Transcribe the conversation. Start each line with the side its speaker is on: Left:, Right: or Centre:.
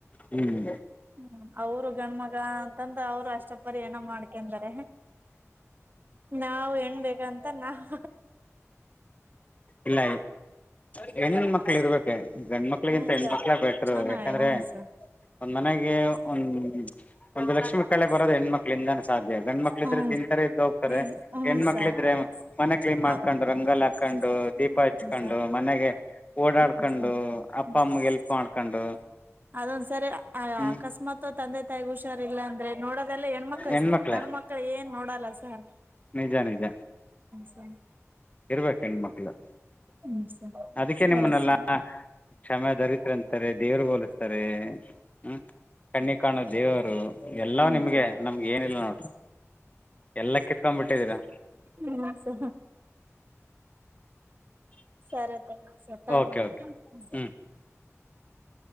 Left: ಹ್ಮ್
Right: ಹ್ಮ್ ಅವರು ಗಣ್ಮಗ ಅಂತಂದ ಅವ್ರು ಅಷ್ಟ ಪರಿ ಏನ ಮಾಡ್ಕ ಯಾಕೆಂದರೆ ನಾವು ಹೆಣ್ ಬೇಕಂತ ನಾವ್
Left: ಇಲ್ಲ ಹೆಣ ಮಕ್ಳ ಇರ್ಬೇಕೆ ಗಂಡ್ಮಕ್ಳಿಗಿಂತ
Right: ಹ್ಮ
Left: ಹೆಣ್ಮಕ್ಳೇ
Right: ಸರ್
Left: ಬೆಟ್ರು
Right: ಚೆನ್ನಾಗಿ
Left: ಯಾಕಂದ್ರೆ
Right: ಹ್ಞ ಸರ್
Left: ಒಂದ್ ಮನೆಗೆ ಒಂದ್ ಒಂದು ಲಕ್ಷ್ಮಿ ಕಳೆ ಬರೋದು ಹೆಣ್ಮಕ್ಳಿಂದಾನೆ ಸಾಧ್ಯ ಗಂಡ್ಮ ಮಕ್ಳ
Right: ಹ್ಞ
Left: ಇದ್ರೆ ತಿಂತಾರೆ ಇದ್ದ ಹೋಗ್ತಾರೆ
Right: ಹ್ಞ
Left: ಹೆಣ್ಮಕ್ಳ
Right: ಸರ್
Left: ಇದ್ರೆ ಮನೆ ಕ್ಲೀನ್
Right: ಹ
Left: ಮಾಡ್ಕೊಂಡು ರಂಗೋಲೆ ಹಾಕೊಂಡು.
Right: ಹ್ಮ
Left: ದೀಪ ಹಚ್ಕೊಂಡು
Right: ಸರ್
Left: ಮನೆಗೆ. ಓಡಾಡ್ಕೊಂಡು
Right: ಹ್ಮ ಸರ್
Left: ಅಪ್ಪ
Right: ಹ್ಮ
Left: ಅಮ್ಮಗೆ ಹೆಲ್ಪ್ ಮಾಡ್ಕೊಂಡು
Right: ಅದೊಂದ್ಸರಿ
Left: ಹ್ಞೂ
Right: ಅಕಸ್ಮಾತ್ ತಂದೆ ತಾಯಿಗ್ ಹುಷಾರ ಇಲ್ಲಾ ಅಂದ್ರೆ ನೋಡದೆಲ್ಲ ಹೆಣ್ಮಕ್ಳ್
Left: ಹೆಣ್ಮಕ್ಳೇ
Right: ಸರ್ ಗಂಡ ಮಕ್ಳ ಏನ್ ನೋಡಲ್ಲ ಸರ್
Left: ನಿಜ ನಿಜ
Right: ಸ
Left: ಇರ್ಬೇಕು ಹೆಣ್ಮಕ್ಳು
Right: ಹ್ಮ್ ಸರ್
Left: ಅದಕ್ಕೆ
Right: ಸರಿ
Left: ನಿಮ್ಮನ್ನೆಲ್ಲಾ
Right: ಸರ್
Left: ಕ್ಷಮೆ ದರಿತ ಅಂತಾರೆ ದೇವರು ಹೋಲಿಸ್ತಾರೆ. ಹ್ಮ್ ಕಣ್ಣಿಗ್ ಕಾಣು ದೇವರು ಎಲ್ಲಾ
Right: ಹ್ಮ್
Left: ನಿಮ್ಗೆ
Right: ಸರ್
Left: ನಮ್ಗೆ ಏನಿಲ್ಲ ನೋಡ್ರಿ ಎಲ್ಲ ಕಿತ್ಕೊಂಡ್ಬ ಬಿಟ್ಟಿದೀರಾ
Right: ಹ್ಮ ಸ <inaudible> ಸರಿ ತ ಸತ್ತಾಯಯ್ತು
Left: ಓಕೆ ಓಕೆ
Right: <unintelligible>
Left: ಹ್ಞೂ